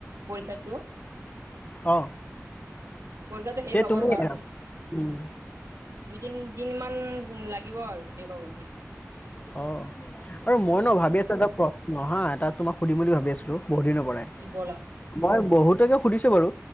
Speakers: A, on the right (about 70°); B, on the left (about 30°).
A: পৰীক্ষাতটো।
B: অ
A: পইচাটো শেষ
B: তে তুমি
A: ৰবা আৰু য
B: উম
A: দুই তিনদিন মান লাগিব আৰু এই শেষ হবলে
B: অ আৰু মই ন ভাবি আছো এটা প্ৰশ্ন হা এটা তোমাক সুধিম বুলি ভাবি আছিলো। বহুদ নপৰে
A: কি ব'লা
B: মই বহুত ত সুধিছো বাৰু